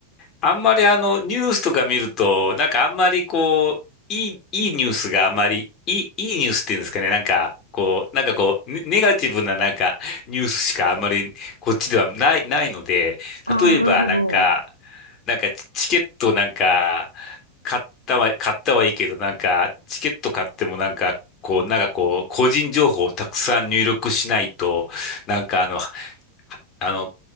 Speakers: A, on the left; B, on the left.
A: あんまりあの、ニュースとか見ると、なんかあんまりこう、いい、いいニュースがあんまり、いい、いいニュースっていうんですかね、なんか、こう、なんかこう、ネネガティブななんか、ニュースしかあんまり、こっちではない、ないので、
B: ああ、
A: 例えばなんか、
B: なるほど。
A: なんかチチケットなんか、買ったは、買ったはいいけど、なんか、チケット買ってもなんか、こう、なんかこう、個人情報をたくさん入力しないと、なんかあの、あの、